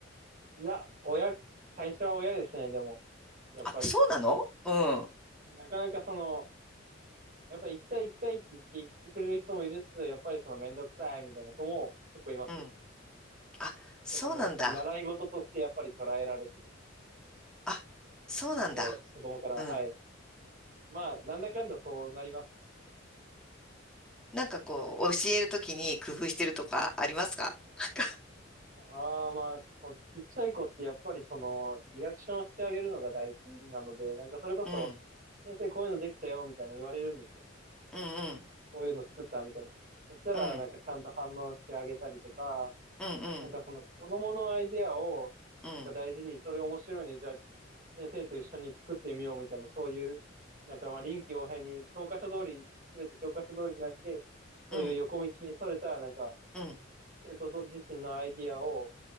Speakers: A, on the right; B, in the centre.
A: いや、親、最初は親ですね、でも、やっぱり。
B: あ、そうなのうん。
A: なかなかその、やっぱり行きたい行きたいって言って、行ってくれる人もいるんですけど、やっぱりそのめんどくさいみたいな子も結構いますよ。
B: うん。あ、そうなんだ。
A: やっぱまあ、習い事としてやっぱり捉えられてる
B: あ、そうなんだ。
A: ので、子供から、
B: うん。
A: はい。まあ、なんだかんだそうなりますね。
B: なんかこう、教えるときに工夫してるとかありますか <laughs>
A: ああ、まあ、そのちっちゃい子ってやっぱりその、リアクションをしてあげるのが大事なので、なんかそれこそ、
B: うん、
A: 先生こういうのできたよ、みたいな言われるんですよ。
B: うん、
A: こういうの作った、みたいな。そしたら、
B: うん、うん、
A: なんかちゃんと反応してあげたりとか、
B: うん、うん、
A: なんかその子供のアイデアを、
B: うん、
A: なんか大事に、それ面白いね、じゃあ先生と一緒に作ってみよう、みたいな、そういう、なんかまあ臨機応変に、教科書通り、すべて教科書通りじゃなくて、そういう横道にそれた、
B: うん、
A: なんか、
B: うん、
A: 生徒自身のアイディアを、